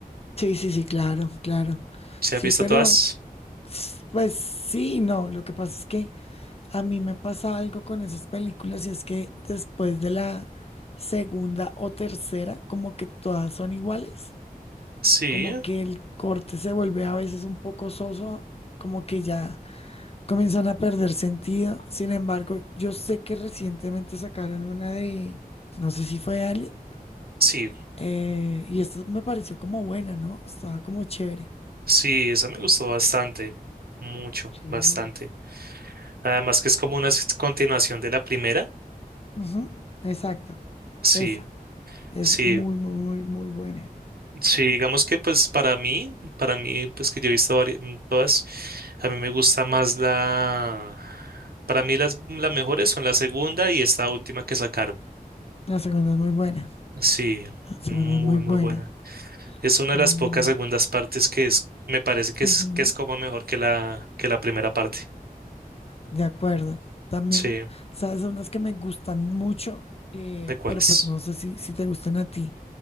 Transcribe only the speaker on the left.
Sí, sí, sí, claro, claro.
Sí,
pero
s- pues sí, y no, lo que pasa es que... A mí me pasa algo con esas películas y es que después de la segunda o tercera, como que todas son iguales,
como que el corte se vuelve a veces un poco soso, como que ya comienzan a perder sentido. Sin embargo, yo sé que recientemente sacaron una de, no sé si fue Alien,
eh, y esta me pareció como buena, ¿no? Estaba como chévere.
Sí.
Ujú, exacto.
Esa es
muy, muy, muy, muy buena.
La segunda es muy buena.
Fernanda
es muy buena.
Mm,
ujú,
de acuerdo. También,
¿sabes? Son las que me gustan mucho, eh,
pero pues no sé si, si te gustan a ti.